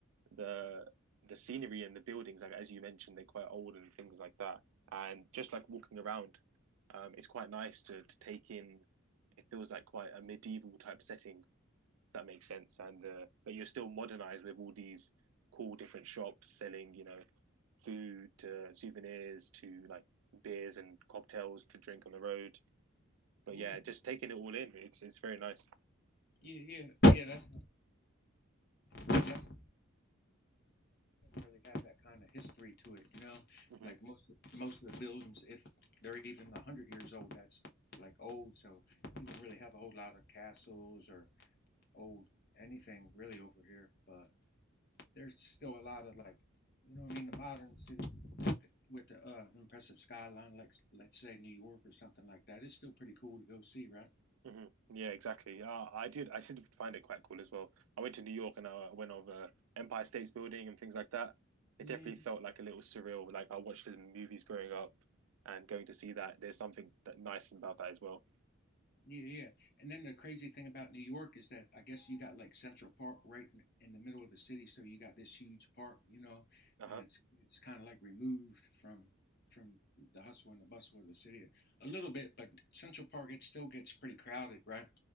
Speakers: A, on the right (about 85°); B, on the left (about 50°).
A: the the scenery and the buildings, like as you mentioned, they're quite old and things like that. And just like walking around, um, it's quite nice to to take in. It feels like quite a medieval type setting, if that makes sense. And uh, but you're still modernized with all these cool different shops selling, you know food to souvenirs to like beers and cocktails to drink on the road. But
B: Mm,
A: yeah, just taking it all in, it's it's very nice.
B: yeah, yeah, yeah. That's that's really have that kind of history to it, you know.
A: hmm
B: Like most most of the buildings, if they're even a hundred years old, that's like old. So you don't really have a whole lot of castles or old anything really over here, but there's still a lot of like, you know, what I mean, the modern city with the uh, impressive skyline, like let's say New York or something like that, it's still pretty cool to go see, right?
A: hmm Yeah, exactly. Uh, I did I did find it quite cool as well. I went to New York and I went over Empire State's Building and things like that. It
B: Yeah,
A: definitely felt like a little surreal. Like I watched it in movies growing up, and going to see that there's something that nice about that as well.
B: yeah, yeah. And then the crazy thing about New York is that I guess you got like Central Park right in- in the middle of the city, so you got this huge park, you know,
A: Uh
B: and
A: huh.
B: it's it's kind of like removed from from the hustle and the bustle of the city a little bit, but Central Park it still gets pretty crowded, right?